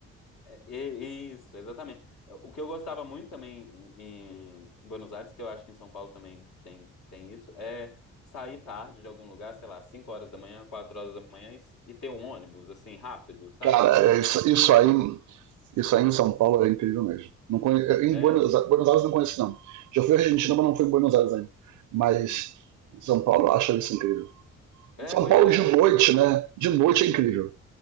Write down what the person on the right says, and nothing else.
cara,
é
isso,
isso
aí.
Isso aí em São Paulo é incrível mesmo. Não conhe... Em
Buenos Aires, Buenos Aires eu não conheço, não. Já fui à Argentina, mas não fui em Buenos Aires ainda. Mas
em São Paulo eu acho isso incrível.
São
Paulo
de noite, né? De noite é incrível.